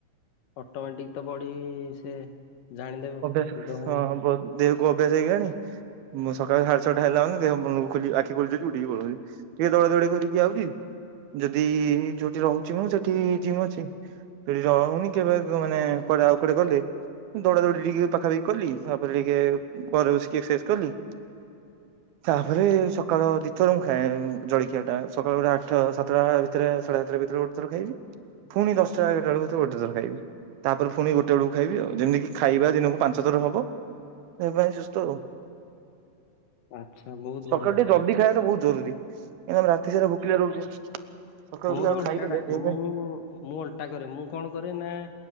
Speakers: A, on the left; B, on the right.
A: ଅଟୋମେଟିକ୍ ତ ବଡ଼ି ସେ ଜାଣିଦେବ
B: ଅଭ୍ୟାସ
A: ନିଦ ଭାଙ୍ଗିବ
B: ହଁ ବହୁତ୍ ଦେହକୁ ଅଭ୍ୟାସ ହେଇଗଲାଣି। ମୁଁ ସକାଳ ସାଢେ଼ ଛଟା ହେଲା ମାନେ ଦେହ ଖୋଲି ଆଖି <unintelligible> ଉଠିକି ପଳଉଛି। ଟିକେ ଦୌଡା଼ ଦୌଡି଼ କରିକି ଆଉଛି ଯଦି ଯୋଉଠି ରହୁଛି ମୁଁ ସେଠି ଜିମ୍ ଅଛି। ସେଠି ରହୁନି କେବେ ମାନେ କୁଆଡ଼େ ଆଉ କୁଆଡ଼େ ଗଲେ ଦୌଡା଼ ଦୌଡ଼ି ଟିକେ ପାଖାପାଖି କଲି ତାପରେ ଟିକେ ଘରେ ବସିକି ଏକ୍ସରସାଇଜ୍ କଲି। ତାପରେ ସକାଳ ଦିଥର ମୁଁ ଖାଏ ଜଳଖିଆ ଟା ସକାଳୁ ଗୋଟେ ଆଠ ସାତଟା ଭିତରେ ସାଢେ ସାତଟା ଭିତରେ ଗୋ ଖାଇବି ପୁଣି ଦଶଟା ଏଗାରଟା ବେଳକୁ ଗୋଟେଥର ଖାଇବି ତାପରେ ପୁଣି ଗୋଟେ ବେଳକୁ ଖାଇବି ଆଉ ଯେମିତି। ଖାଇବା ଦିନକୁ ପାଞ୍ଚ ଥର ହବ ସେ ଦେହ ପାଇଁ ସୁସ୍ଥ ଆଉ।
A: ଆଚ୍ଛା ବହୁତ
B: ସକାଳୁ
A: ବଢିଆ
B: ଟିକେ ଜଲଦି ଖାଇବା ଟା ବହୁତ୍ ଜରୁରୀ କାହିଁକିନା ଆମେ ରାତି ସାରା ଭୋକିଲା ରହୁଛେ। ସକାଳୁ
A: ମୋର
B: ଉଠିକି ଆଉ
A: ଓଲଟା
B: ଖାଇଦେଲେ
A: ଟା
B: ଦେହ
A: ମୁଁ
B: ପାଇଁ
A: ମୁଁ ଓଲଟା କରେ ମୁଁ କଣ କରେ ନା